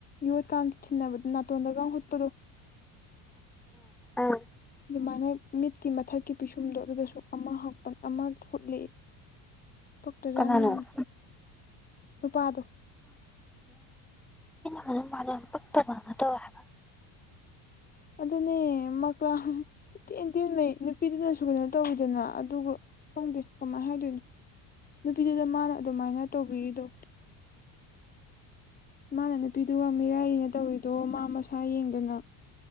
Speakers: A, on the left; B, in the centre.
A: ꯌꯣꯠꯀꯥꯡ ꯊꯤꯟꯅꯕꯗꯨ ꯅꯥꯇꯣꯟꯗꯒ ꯍꯨꯠꯄꯗꯨ
B: ꯑ
A: ꯑꯗꯨꯃꯥꯏꯅ ꯃꯤꯠꯀꯤ ꯃꯊꯛꯀꯤ ꯄꯤꯁꯨꯝꯗꯣ ꯑꯗꯨꯗꯁꯨ ꯑꯃ ꯍꯛꯄꯟ ꯑꯃ ꯍꯨꯠꯂꯤ ꯄꯛꯇꯖꯥꯠꯅꯤ
B: ꯀꯅꯥꯅꯣ
A: ꯌꯥꯝꯅ ꯅꯨꯄꯥꯗꯣ
B: ꯏ ꯃꯥꯅꯅ ꯄꯄꯔ ꯂꯅ ꯇ <unintelligible>
A: ꯑꯗꯨꯅꯦ ꯃꯀ꯭ꯂꯥ ꯏꯇ‌ꯦꯟ ꯇꯦꯟꯃꯩ ꯅꯨꯄꯤꯗꯨꯅꯁꯨ ꯀꯩꯅꯣ ꯇꯧꯋꯤꯗꯅ ꯑꯗꯨꯒ ꯈꯪꯗꯦ ꯀꯃꯥꯏ ꯍꯥꯏꯗꯣꯏꯅꯣ ꯅꯨꯄꯤꯗꯨꯗ ꯃꯥꯅ ꯑꯗꯨꯃꯥꯏꯅ ꯇꯧꯕꯤꯔꯤꯗꯣ ꯃꯥꯅ ꯅꯨꯄꯤꯗꯨꯒ ꯃꯤꯔꯥꯏꯔꯤꯅ‌ꯦ ꯇꯧꯔꯤꯗꯣ ꯃꯥ ꯃꯁꯥ ꯌꯦꯡꯗꯅ